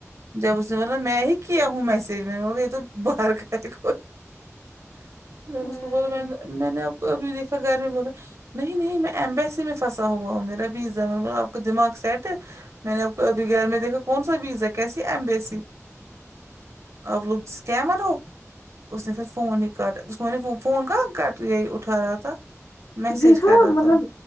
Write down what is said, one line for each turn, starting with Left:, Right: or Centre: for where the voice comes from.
Right: جب اس نے بولا میں ہی کیا ہوں میسج میں یہ تو باہر کا کوئی میں
Left: ہوں
Right: نے اس کو بولا میں نے میں نے آپ کو ابھی دیکھا گھر میں بولا نہیں نہیں میں ایمبیسی میں پھنسا ہوا ہوں میرا ویزا میں نے بولا آپ کا دماغ سیٹ ہے میں نے آپ کو ابھی گھر میں دیکھا کون سا ویزا کیسی ایمبیسی آپ لوگ اسکیمر ہو اس نے پھر فون ہی کاٹ اس فون کہاں کا یہی اٹھا رہا تھا میسج
Left: دیکھا
Right: کر رہا
Left: مطلب
Right: تھا